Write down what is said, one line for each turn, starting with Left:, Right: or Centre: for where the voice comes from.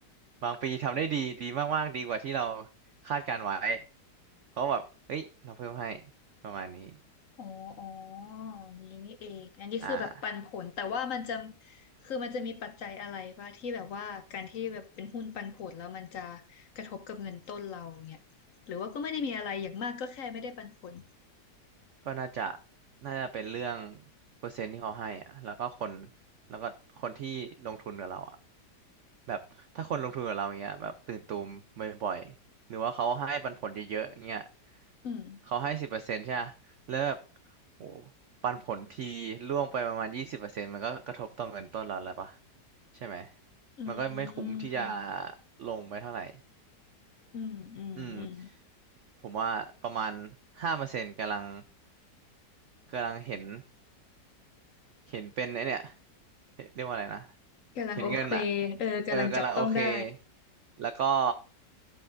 Right: บางปีทำได้ดีดีมากๆดีกว่าที่เราคาดการไว้เขาก็แบบเฮ้ยเราเพิ่มให้ประมาณนี้
Left: อ๋ออ๋ออย่างนี้นี่เองอันนี้คือแบบปันผลแต่ว่ามันจะ
Right: อ่า
Left: คือมันจะมีปัจจัยอะไรบ้างที่แบบว่าการที่แบบเป็นหุ้นปันผลแล้วมันจะกระทบกับเงินต้นเราเนี่ยหรือว่าก็ไม่ได้มีอะไรอย่างมากก็แค่ไม่ได้ปันผล
Right: ก็น่าจะน่าจะเป็นเรื่องเปอร์เซ็นต์ที่เขาให้อ่ะแล้วก็คนแล้วก็คนที่ลงทุนกับเราอ่ะ แบบถ้าคนลงทุนกับเราเงี้ยแบบตื่นตูมบ่อยๆหรือว่าเขาให้ปันผลเยอะๆเงี้ย
Left: อืม
Right: เขาให้สิบเปอร์เซ็นต์ใช่ไหมแล้วแบบโหปันผลทีร่วงไปประมาณยี่สิบเปอร์เซ็นต์มันก็กระทบต่อเงินต้นเราแล้วปะใช่ไหม
Left: อื
Right: มันก็ไม่คุ้มที่จะ
Left: ม
Right: ลงไปเท่าไหร่
Left: อืมอืมอืม
Right: อืมผมว่าประมาณห้าเปอร์เซ็นต์กำลังกำลังเห็น เห็นเป็นไอเนี่ยเรียกว่าอะไรนะ
Left: กำลังโอเค
Right: เห็นเงินอ่ะ
Left: เออกำลังจับต้องได้
Right: เออกำลังโอเค แล้วก็